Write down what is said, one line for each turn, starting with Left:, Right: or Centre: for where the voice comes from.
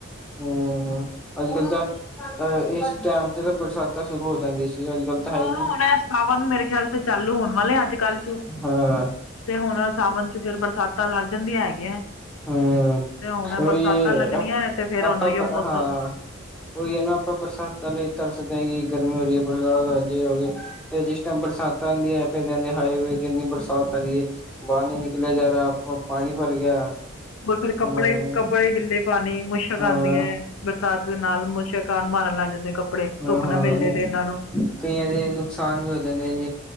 Centre: ਹੂੰ। ਹੂੰ ਅੱਜ-ਕੱਲ ਤਾਂ ਅਹ ਏਸ ਟੈਮ ਤੇ ਤਾਂ ਬਰਸਾਤਾਂ ਸ਼ੁਰੂ ਹੋ ਜਾਂਦੀ ਸੀ। ਅੱਜ ਕੱਲ ਤਾਂ
Left: ਹਾਂ,
Centre: ਹੈ ਹੀ ਨੀ
Left: ਹੁਣ ਸਾਵਨ ਮੇਰੇ ਖੇਆਲ ਚ ਚਾਲੂ ਹੋਨ ਵਾਲਾ ਏ ਅੱਜ-ਕਲ ਚ।
Centre: ਹਾਂ
Left: ਤੇ ਹੁਣ ਸਾਵਨ ਚ ਫੇਰ ਬਰਸਾਤਾਂ ਲੱਗ ਜਾਂਦੀਆ ਹੈਗੀਆ।
Centre: ਹੂੰ
Left: ਤੇ ਹੁਣ
Centre: ਉਹੀ
Left: ਬਰਸਾਤਾਂ ਲੱਗਣੀਆਂ ਤੇ ਫੇਰ
Centre: ਆਪਾਂ
Left: ਹੋਨ ੳਹੀੳ ਮੌਸਮ
Centre: ਹਾਂ ਉਹੀ ਐ ਨਾ, ਆਪਾਂ ਬਰਸਾਤਾਂ ਲਈ ਤਰਸਦੇ ਹਾਂ ਕਿ ਗਰਮੀ ਹੋ ਰੀ ਏ, ਬਰਸਾਤ ਆਜੇ ਹੋਜੇ। ਫਿਰ ਜਿਸ ਟਾਈਮ ਬਰਸਾਤਾਂ ਆਂਦੀਆਂ ਫੇਰ ਕਹੰਦੇ, ਹਾਏ ਵੇ ਏਨੀ ਬਰਸਾਤ ਪੈ ਰੀ ਏ। ਬਾਹਰ ਨੀ ਨਿਕਲਆ ਜਾ ਰਾ, ਪਾਨੀ ਭਰ ਗਿਆ।
Left: ਬਸ ਫੇਰ ਕੱਪੜੇ,
Centre: ਹਮ
Left: ਕੱਪੜੇ ਗਿੱਲੇ ਪਾਨੇ, ਮੁਸ਼ਕ
Centre: ਹਾਂ
Left: ਆਂਦੀ ਐ। ਬਰਸਾਤ ਦੇ ਨਾਲ ਮੁਸਕ ਆਨ, ਮਾਰਨ ਲੱਗ ਜਾਂਦੇ ਕੱਪੜੇ।
Centre: ਹਾਂ-ਹਾਂ
Left: ਧੁੱਪ ਨਾ ਮਿਲੇ
Centre: ਨੀ
Left: ਤੇ ਇਹਨਾਂ ਨੂੰ
Centre: ਕਈਆਂ ਦੇ ਨੁਕਸਾਨ ਵੀ ਹੋ ਜਾਂਦੇ ਨੇ